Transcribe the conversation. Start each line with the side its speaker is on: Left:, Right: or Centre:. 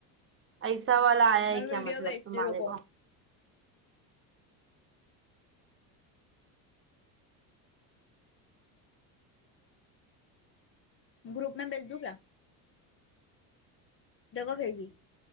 Right: ایسا والا آیا
Left: میں
Right: ہے
Left: ویڈیو
Right: کیا مطلب
Left: بھیجتی
Right: تمہارے
Left: ہوں، رکو
Right: کو
Left: گروپ میں بجھ دوں کیا دیکھو بھیجی